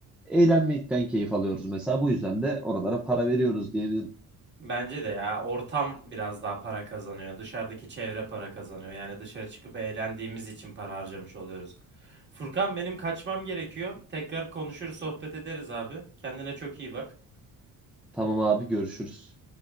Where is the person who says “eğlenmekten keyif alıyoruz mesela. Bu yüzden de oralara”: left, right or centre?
Centre